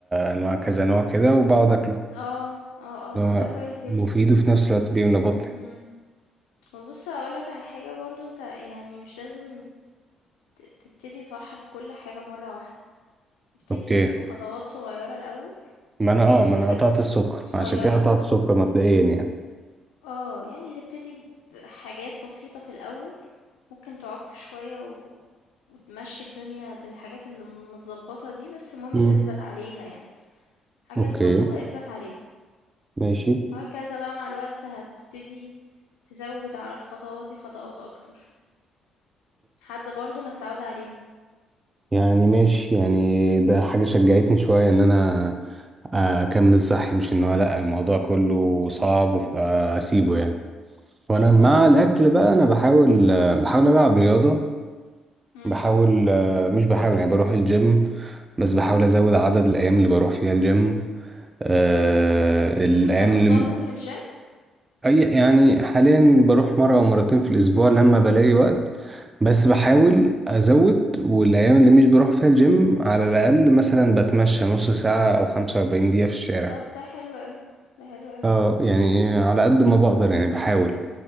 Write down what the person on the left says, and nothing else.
آه، آه، آه،
طَب
ده كويس جدًا،
إمم. وبُص هاقول لك على حاجة برضه، أنت يعني مش لازم ت تبتدي صح في كل حاجة مرّة واحدة، ابتدي
بخطوات صغيّرة الأول،
اعمل
حاجات
صغيّرة،
آه، يعني هتبتدي بحاجات بسيطة في الأول ممكن تعُك شوية و وتمشّي الدنيا بالحاجات اللي متضبّطة دي، بس المهم
تثبَت عليها يعني، الحاجة
اللي اتضبّطة اثبَت عليها،
وهكذا بقى مع الوقت هتبتدي تزوّد على الخطوات دي خطوات أكتر، لحد برضه ما تتعوّد عليها.
إمم،
إمم.
طَب أنت منتظم في الgym؟
طَب ده حلو أوي، ده حلو أوي.